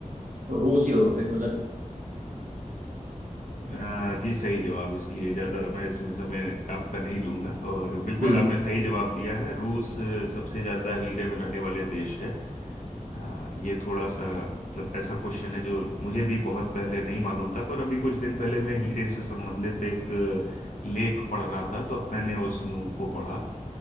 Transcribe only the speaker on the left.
अ, जी सही जवाब इसलिए ज्यादा मैं इसमें समय आपका नहीं लूंगा और बिल्कुल
आपने सही जवाब दिया है रूस अ, सबसे ज्यादा हीरे बनाने वाले देश है यार ये थोड़ा सा मतलब ऐसा क्वेश्चन है जो मुझे भी बहुत पहले नहीं मालूम था पर अभी कुछ दिन पहले मैं हीरे से संबंधित एक लेख पढ़ रहा था तो अब मैंने उसको पढ़ा